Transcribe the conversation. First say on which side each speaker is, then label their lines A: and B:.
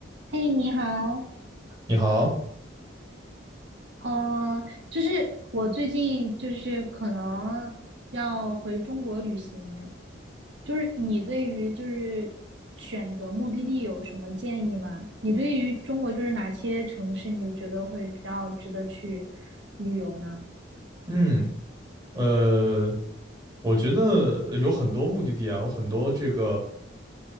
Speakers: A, on the right (about 65°); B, on the right (about 20°).
A: 嘿，你好，
B: 你好，
A: 嗯、呃，就是我最近就是可能要回中国旅行，就是你对于就是选择目的地有什么建议吗？你对于中国就是哪些城市你就觉得会比较值得去旅游呢？
B: 嗯，呃，我觉得有很多目的地啊，有很多这个，